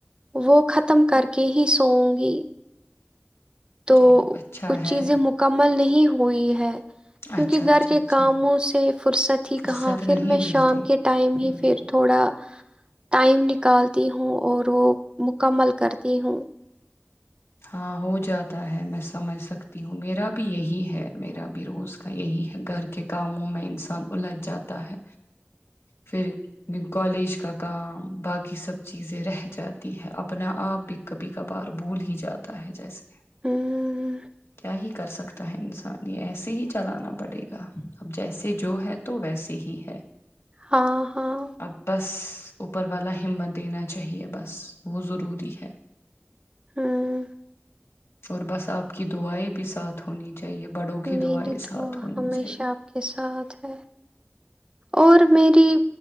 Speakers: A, on the right (about 25°); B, on the left (about 85°).
A: وہ ختم کر کے ہی سوؤں گی۔ تو
B: چلو اچھا
A: کچھ
B: ہے
A: چیزیں مکمل نہیں ہو۔۔ ہوئی ہے۔ کیونکہ
B: اچھا
A: گھر
B: اچھا
A: کے
B: اچھا
A: کاموں سے فرصت ہی
B: فرصت
A: کہاں۔ پھر
B: نہیں
A: میں
B: ملتی
A: شام کے ٹائم
B: ہوں
A: ہی پھر تھوڑا ٹائم نکالتی۔۔۔ ہوں اور وہ مکمل کرتی ہوں۔
B: ہاں ہو جاتا ہے۔ میں سمجھ سکتی ہوں۔ میرا بھی یہی ہے میرا بھی روز کا یہی ہے گھر کے کاموں میں انسان الجھ جاتا ہے۔ پھر کالج کا کام باقی سب چیزیں رہ جاتی ہے۔ اپنا آپ بھی کبھی کبھار بھول ہی جات۔۔۔ جاتا ہے جسے۔
A: ہوں
B: کیا ہی کر سکتا۔۔ تا ہے انسان۔ یہ ایسے ہی چلانا پڑے گا۔ اب جیسے جو ہے تو ویسے ہی ہے۔
A: ہاں ہاں
B: ا بس اوپر والا ہمت دینا چاہیے بس وہ ضروری ہے
A: ہوں
B: اور بس آپ کی دعائیں بھی ساتھ ہونی چاہیے بڑوں کی
A: میری
B: دعائیں ساتھ
A: دعا
B: ہونی
A: ہمیشہ
B: چاہیے
A: آپ کے ساتھ ہے اور میری